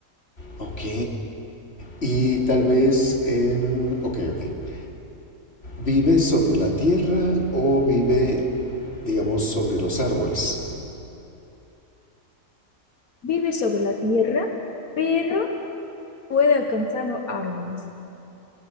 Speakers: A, on the left; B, on the left.
A: Ok, y tal vez en... Ok, ok. ¿Vive sobre la tierra o vive, digamos, sobre los árboles?
B: Vive sobre la tierra, pero puede alcanzar los árboles.